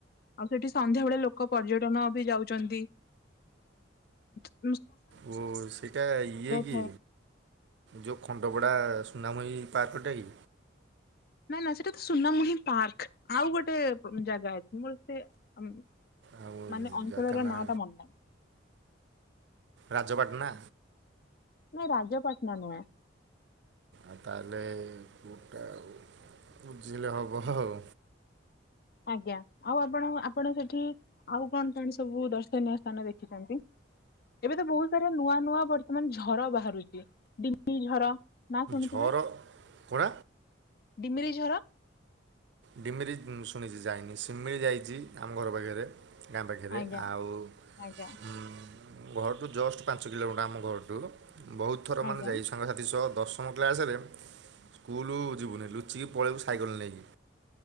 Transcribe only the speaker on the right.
ଓ ସେଇଟା ଇଏ କି
ଯଉଁ ଖଣ୍ଡପଡ଼ା ସୁନାମହି ପାର୍କଟେଇ
ଆଉ
ଜାଗା ନାଁ
ରାଜପାଟଣା।
ଆଉ ତାହେଲେ କୋଉଟା ବୁଝିଲେ ହବ ଆଉ
ଝର କଣ
ଡିମିରି ଶୁଣିଛି ଯାଇନି ସିମିଳି ଯାଇଛି ଆମ ଘର ପାଖରେ। ଗାଁ ପାଖରେ
ଆଉ
ହୁଁ। ଘରଠୁ ଜଷ୍ଟ ପାଞ୍ଚ କିଲୋମିଟର ଆମ ଘରଠୁ ବହୁତ ଥର
ମାନେ ଯାଇଛୁ ସାଙ୍ଗସାଥି ସହ। ଦଶମ କ୍ଲାସରେ ସ୍କୁଲ ଯିବୁନି ଲୁଚିକି ପଳେଇବୁ ସାଇକେଲ ନେଇକି।